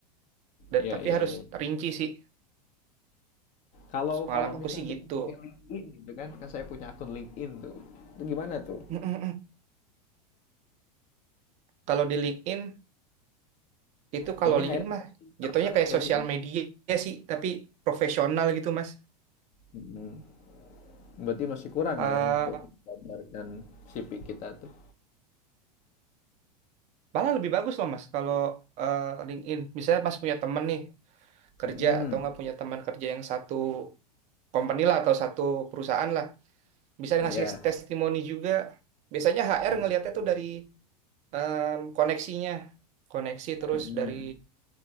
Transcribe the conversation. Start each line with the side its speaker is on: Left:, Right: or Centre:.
Right: Dan
Left: ya
Right: tapi
Left: ya.
Right: harus
Left: iya.
Right: rinci sih.
Left: Kalau
Right: Pengalaman
Left: kalau
Right: aku
Left: misal
Right: sih
Left: kita
Right: gitu.
Left: pakai LinkedIn gitu kan, kan saya punya akun LinkedIn tuh. Itu gimana tuh?
Right: Mm-mm. Kalau di LinkedIn, itu kalau
Left: Kayaknya
Right: LinkedIn
Left: HR tuh
Right: mah
Left: masih tertarik
Right: jatuhnya kayak
Left: gak
Right: sosial
Left: sih?
Right: media sih, tapi profesional gitu, Mas.
Left: Mhm. Berarti masih kurang
Right: Eh,
Left: ya untuk menggambarkan CV kita tuh.
Right: malah lebih bagus loh, Mas, kalau eh, LinkedIn. Misalnya Mas punya temen nih kerja
Left: Hmm.
Right: atau nggak punya teman kerja yang satu company lah atau satu perusahaan lah bisa
Left: Ya.
Right: ngasih testimoni juga biasanya HR
Left: Oke.
Right: ngelihatnya tuh dari em, koneksinya koneksi terus
Left: Mhm.
Right: dari